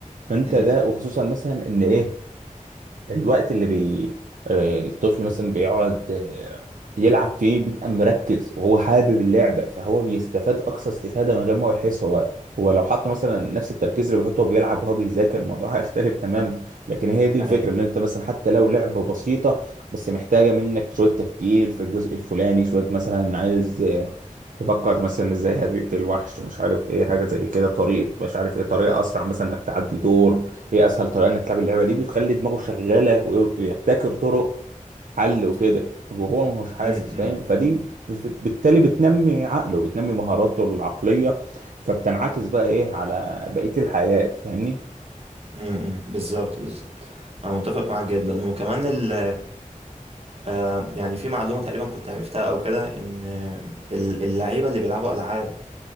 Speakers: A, on the right; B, on the right.
A: فأنت
B: امم
A: ده وخصوصا مثلا إن إيه الوقت اللي بي آه، الطفل مثلا بيقعد آه، يلعب فيه بيبقى مركز وهو حابب اللعبة فهو بيستفاد أقصى استفادة من غير ما هو يحس هو هو لو حط مثلا نفس التركيز اللي بيحطه وهو بيلعب وهو بيذاكر الموضوع <laughs> هيختلف تماما لكن هي دي الفكرة
B: اي
A: إن أنت مثلا حتى لو لعبة بسيطة بس محتاجة منك شوية تفكير في الجزء الفلاني شوية مثلا عايز آه، تفكر مثلا ازاي هتقتل الوحش مش عارف ايه حاجة زي كده طريقة مش عارف ايه طريقة أسرع مثلا إنك تعدي دور هي اسهل طريقه انك تلعب اللعبه دي بتخلي دماغه شغاله ويبتكر طرق حل وكده وهو ما هوش حاسس
B: امم
A: فاهم فدي ب- بالتالي بتنمي عقله بتنمي مهاراته العقليه فبتنعكس بقى ايه على بقيه الحاجات فاهمني
B: امم بالظبط بالظبط انا متفق معاك جدا وكمان ال آه يعني في معلومه تقريبا كنت عرفتها او كده ان آه، اللعيبه اللي بيلعبوا العاب